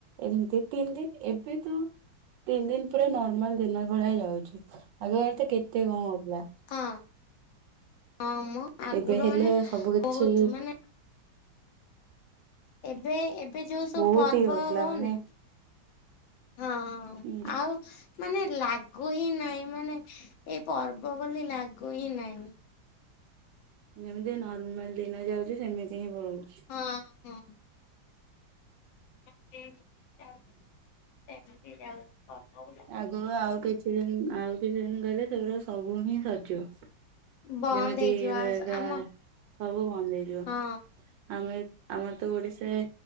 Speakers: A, on the right; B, on the left.
A: ଏମିତି ତିନ୍ ଦିନ୍ ଏବେ ତ ତିନ ଦିନ୍। ପୁରା ନର୍ମାଲ୍ ଦିନ ଭଳିଆ ଯାଉଛି ଆଗ ଆଡେ ତ କେତେ କଣ ହଉଥିଲା।
B: ହଁ ହଁମ ଆଗୁରୁ
A: ଏବେ ହେଲେ
B: ମାନେ
A: ସବୁ କିଛି
B: ବହୁତୁ ମାନେ। ଏବେ ଏବେ ଯୋଉ ସବୁ
A: ବହୁତ
B: ପର୍ବ
A: ହିଁ ହଉଥିଲା
B: ହଉନି।
A: ମାନେ
B: ହଁ
A: ହୁଁ।
B: ଆଉ। ମାନେ ଲାଗୁ ହି ନାହିଁ ମାନେ ଏଇ ପର୍ବ ବୋଲି ଲାଗୁ ହି ନାହିଁ।
A: ଯେମିତି ନର୍ମାଲ୍ ଦିନ ଯାଉଛି ସେମିତି ହିଁ ପଳଉଛି।
B: ହଁ ହଁ। <unintelligible> ଏମତି ଯାଉଛି ଫଟୋ ବୋଲି।
A: ଆଗରୁ ଆଉ କିଛି ଦିନ୍ ଆଉ କିଛି ଦିନ୍ ଗଲେ ସେଗୁଡା ସବୁ ହିଁ ସରଯିବ।
B: ବନ୍ଦ
A: ଯେମିତି
B: ହେଇଯିବ
A: ଏବେକା।
B: ଆ ଆମ
A: ସବୁ ବନ୍ଦ୍ ହେଇଯିବ
B: ହଁ
A: ଆମେ ଏ ଆମର ତ ଓଡିଶାରେ।